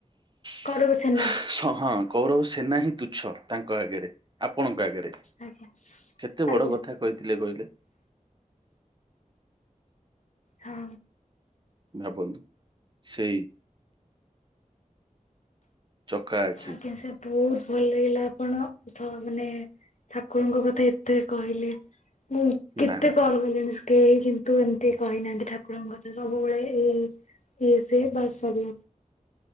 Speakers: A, on the right; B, on the left.
A: <inaudible>
B: କରବ ସେନା
A: ହଁ କୌରବ ସେନା ହିଁ ତୁଛ ତାଙ୍କ ଆଗରେ ଆପଣ ଆଗରେ
B: ଆଜ୍ଞା।
A: କେତେ ବଡ଼
B: ଆଜ୍ଞା
A: କଥା କହିଥିଲେ କହିଲେ।
B: ହଁ।
A: ଭାବନ୍ତୁ ସେଇ ଚକା ଆଖି
B: ଆଜ୍ଞା ସାର୍ ବହୁତ ଭଲ ଲାଗିଲା ଆପଣ ମାନେ ଠାକୁରଙ୍କ କଥା ଏତେ କହିଲେ। ମୁଁ କେତେ
A: ନା ନା
B: କଲ୍ କଲିଣିି କେହି କିନ୍ତୁ ଏମିତି କହିନାହାନ୍ତି। ଠାକୁରଙ୍କ କଥା ସବୁବେଳେ ଏଇ ଇଏ ସେ ବାସ ଦି